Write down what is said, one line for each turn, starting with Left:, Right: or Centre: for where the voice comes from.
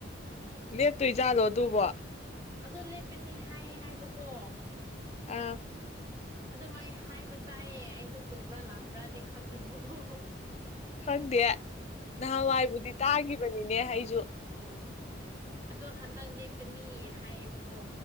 Left: ꯂꯦꯞꯇꯣꯏꯖꯥꯠꯂꯣ ꯑꯗꯨꯕꯣ
Right: ꯑꯗꯨ ꯂꯦꯞꯀꯅꯤ ꯍꯥꯏ ꯍꯥꯏꯕꯀꯣ
Left: ꯑ
Right: ꯑꯗꯨꯃꯥꯏ ꯍꯥꯏꯕ ꯇꯥꯏꯌꯦ ꯑꯩꯁꯨ ꯆꯨꯝꯕ꯭ꯔꯥ ꯂꯥꯟꯕ꯭ꯔꯥꯗꯤ ꯈꯪꯅꯤꯡꯕꯀꯣ
Left: ꯈꯪꯗꯦ ꯅꯍꯥꯋꯥꯏꯕꯨꯗꯤ ꯇꯥꯒꯤꯕꯅꯤꯅꯦ ꯑꯩꯖꯨ
Right: ꯑꯥ ꯑꯗꯣ ꯍꯟꯗꯛ ꯂꯦꯞꯀꯅꯤ ꯍꯥꯏꯌꯦꯕꯀꯣ